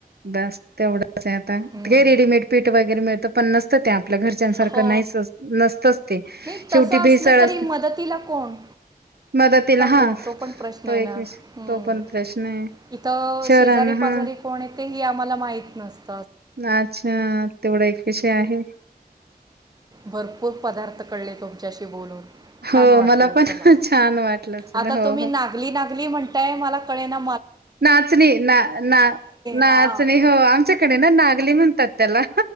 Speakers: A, on the right; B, on the right.
A: बस तेवढंच आहे आता
B: हं.
A: काय रेडीमेड पीठ वगैरे मिळतं पन्नास त्या आपल्या घरच्यांसारखं
B: हो
A: नाहीच नसतच ते
B: नाही
A: शेवटी
B: तसं असलं
A: भेसळ
B: तरी
A: असते
B: मदतीला कोण
A: मदतीला हात
B: कोण तो पण प्रश्न
A: तो
B: आहे ना
A: एक
B: हम्म.
A: तो पण प्रश्न आहे
B: इथं
A: शहरांना
B: शेजारी पाजारी
A: हा
B: कोण ती आम्हाला माहित नसते
A: अच्छा तेवढा एक विषय आहे
B: भरपूर पदार्थ कळले तुमच्याशी बोलून
A: हो
B: छान वाटलं
A: मला पण
B: चला
A: छान वाटलं चला
B: आता
A: हो
B: तुम्ही
A: हो
B: नागली नागली म्हणताय मला कळे ना
A: नाचणी ना ना नाचणी
B: हां
A: हो आमच्याकडे ना नागली म्हण म्हणतात त्याला